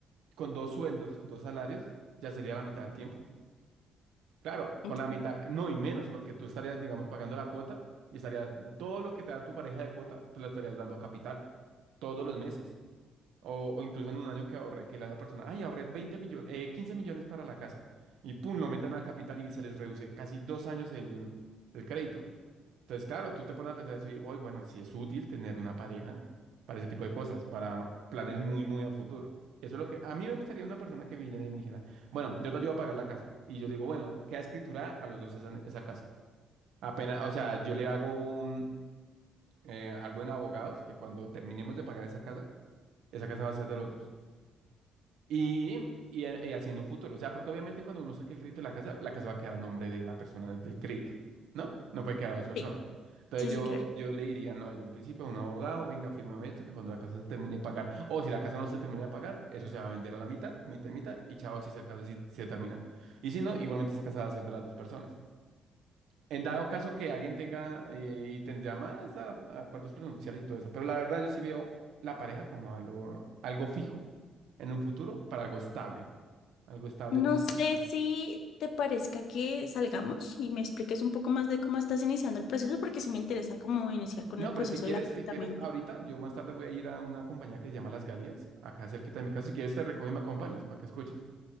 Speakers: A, on the right; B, on the left.
A: con dos sueldos, o dos salarios, ya sería la mitad del tiempo. Claro, con
B: Sí,
A: la mitad, no y menos, porque tú estarías, digamos, pagando la cuota y estarías, todo lo que te da tu pareja de cuota, te lo estarías dando a capital, todos los meses. O, o incluso en un año que ahorre, que la persona, ay, ahorré 20 millones, eh, 15 millones para la casa. Y pum, lo meten a capital y se les reduce casi dos años el, el crédito. Entonces, claro, tú te pones a pensar eso y, hoy, bueno, sí es útil tener una pareja para ese tipo de cosas, para planes muy, muy a futuro. Eso es lo que a mí me gustaría una persona que viniera y me dijera, bueno, yo te ayudo a pagar la casa. Y yo le digo, bueno, queda escritura a los dos esa, esa casa. Apenas, o sea, yo le hago un, eh, algo en abogados que cuando terminemos de pagar esa casa, esa casa va a ser de los dos. Y, y, eh, y así en un futuro. O sea, porque obviamente cuando uno saque el crédito de la casa, la casa va a quedar a nombre de la persona del crédito, ¿no? No puede quedar a dos personas.
B: sí,
A: Entonces
B: sí,
A: yo,
B: sí, claro.
A: yo le diría, no, desde un principio a un abogado, venga, fírmeme esto, que cuando la casa se termine de pagar, o si la casa no se termine de pagar, eso se va a vender a la mitad, mitad y mitad, y chao, si es el caso, si se termina. Y si no, igualmente esa casa va a ser de las dos personas. En dado caso que alguien tenga eh, y tendría más a- a acuerdos prenupciales y todo eso, pero la verdad yo sí veo la pareja como algo, algo fijo en un futuro para algo estable, algo estable
B: No
A: muy
B: sé
A: estable.
B: si te parezca que salgamos y me expliques un poco más de cómo estás iniciando el proceso, porque sí me interesa cómo iniciar con
A: No,
B: el proceso
A: pues si quieres,
B: del apartamento.
A: si quieres, ahorita yo más tarde voy a ir a una compañía que se llama Las Galias, acá cerquita de mi casa. Si quieres te recojo y me acompañas para que escuches,